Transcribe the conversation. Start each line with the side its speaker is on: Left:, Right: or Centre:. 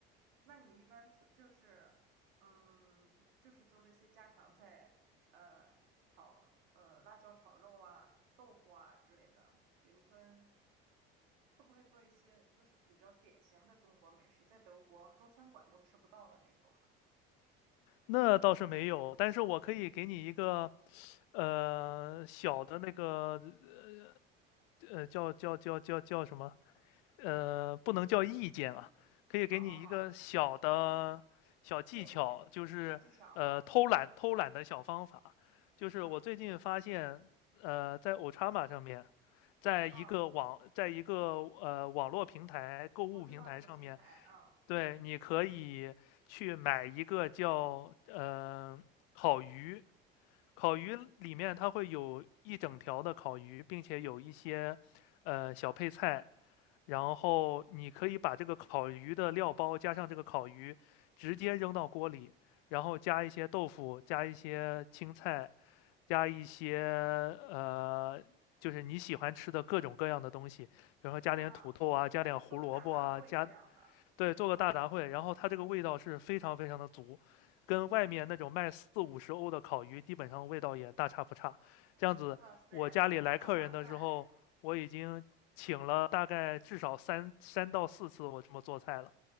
Right: 那你一般出就是，嗯，就是做这些家常菜，呃，炒呃辣椒炒肉啊、豆腐啊之类的，云吞会不会做一些就是比较典型的中国美食，在德国中餐馆都吃不到的那种呢
Left: 那倒是没有，但是我可以给你一个，呃，小的那个呃呃，叫叫叫叫叫什么？呃，不能叫意见啊，可以给你一个小的小技巧，
Right: 好好好。建议、
Left: 就是呃偷懒偷懒的小方法。
Right: 小技巧哈。
Left: 就是我最近发现，
Right: 嗯
Left: 呃，在 Ochama 上面，在一个网，
Right: 嗯，
Left: 在一个呃网络平台、购物平台上面，
Right: 我知道这个平台，嗯
Left: 对，你可以去买一个叫呃烤鱼，烤鱼里面它会有一整条的烤鱼，并且有一些呃小配菜，然后你可以把这个烤鱼的料包加上这个烤鱼，直接扔到锅里，然后加一些豆腐，加一些青菜，加一些呃就是你喜欢吃的各种各样的东西，比如说加点土豆啊，
Right: 啊，
Left: 加点胡萝卜啊，
Right: 做个大杂烩这样的。
Left: 加对，做个大杂烩，然后它这个味道是非常非常的足，跟外面那种卖四五十欧的烤鱼基本上味道也大差不差。这样子，
Right: 哇塞，
Left: 我家里来客人的时候，
Right: 好划好划算，
Left: 我已经请了大概至少三三到四次我这么做菜了，